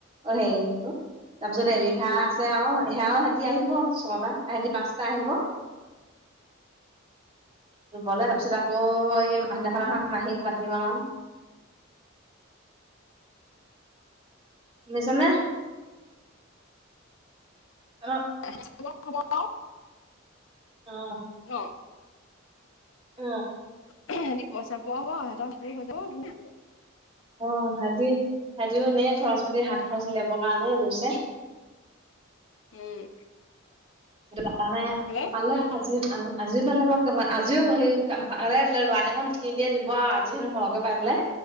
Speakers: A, on the right; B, on the left.
A: অ হেৰিটো তাৰপিছত এবিঘা
B: উম
A: আছে আৰু। সেয়াও হেঁতি আহিব ছটা সিহঁতি পাঁচটা আহিব। ৰুবলে তাৰপিছত আকৌ এই সেইদিনাখন আহা মাহীক মাতিম আৰু। শুনিছানে? অ
B: <unintelligible>
A: অঁ।
B: ন
A: উম
B: সিহঁতি পইচা পোৱা হ'ব, সিহঁতি <unintelligible>
A: অ' ভাইতি ভিইতিয়েতো এনেই খৰচ পাতি হাত খৰচ উলিয়াবৰ কাৰণে ৰুৈছে।
B: উম।
A: আজি পালে নে?
B: হেল্ল'
A: পালে আৰু। আজি আজিও পালে বাৰু, আজিও সেই পালে বোলে ৰোৱা দিনাখন কি দিয়ে দিব আও। আজি হেনো সৰহকে পাই বোলে,